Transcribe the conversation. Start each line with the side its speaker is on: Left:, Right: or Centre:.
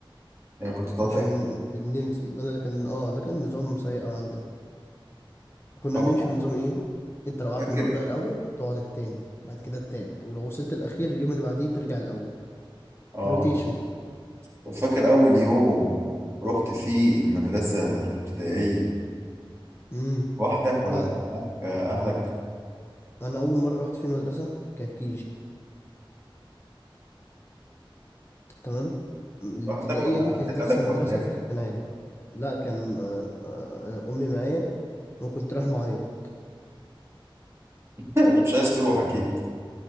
Right: يعني كنت بتقعد
Left: كناش
Right: تحكي-
Left: بن- بنمزق ده ده كان اه ده كان نظام سيء قوي عندنا فكنا
Right: طبعا
Left: بنمشي بنظام ايه انت لو قعدت
Right: فاكر
Left: النهارده الاول تقعد التاني بعد كده التالت ولو وصلت الاخير اليوم اللي بعديه ترجع الاول
Right: اه
Left: روتيشن
Right: طب فاكر اول يوم رحت فيه المدرسه الابتدائيه
Left: امم
Right: لوحدك ولا
Left: لا
Right: كان معاك أهلك
Left: انا اول مره رحت في المدرسه كانت كيجي تمام م- الابتدائيه
Right: لوحدك ولا
Left: دي
Right: حد
Left: كانت نفس
Right: خدك
Left: المدرسه
Right: وداك
Left: فكان عادي لا كان آه، آه، امي معايا وكنت رايح معيط
Right: <laughs> مش عايز تروح أكيد